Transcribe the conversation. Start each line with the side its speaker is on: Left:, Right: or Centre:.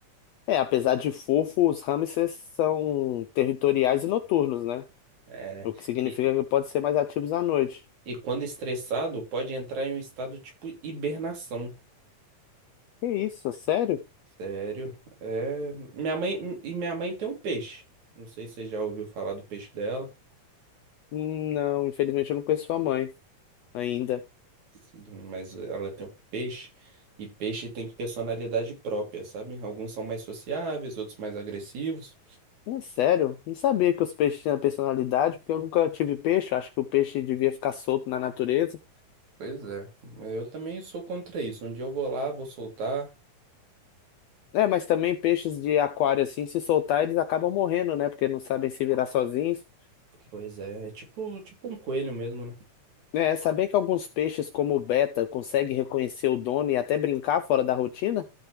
Left: É, apesar de fofo, os hamsters são territoriais e noturnos, né?
Right: É,
Left: O que significa
Right: e,
Left: que podem ser mais ativos à noite.
Right: e quando estressado, pode entrar em um estado tipo hibernação.
Left: Que isso? É Sério?
Right: Sério. É, minha mãe e minha mãe tem um peixe. Não sei se você já ouviu falar do peixe dela,
Left: Não, infelizmente eu não conheço sua mãe ainda.
Right: sim, mas ela tem um peixe e peixe tem personalidade própria, sabe? Alguns são mais sociáveis, outros mais agressivos.
Left: É sério? Não sabia que os peixes tinham personalidade, porque eu nunca tive peixe. eu Acho que o peixe devia ficar solto na natureza.
Right: Pois é. Eu também sou contra isso. Um dia eu vou lá, vou soltar.
Left: É, mas também peixes de aquário, assim, se soltar, eles acabam morrendo, né? Porque não sabem se virar sozinhos.
Right: Pois é, é tipo, tipo um coelho mesmo, né?
Left: É, saber que alguns peixes, como o beta, conseguem reconhecer o dono e até brincar fora da rotina,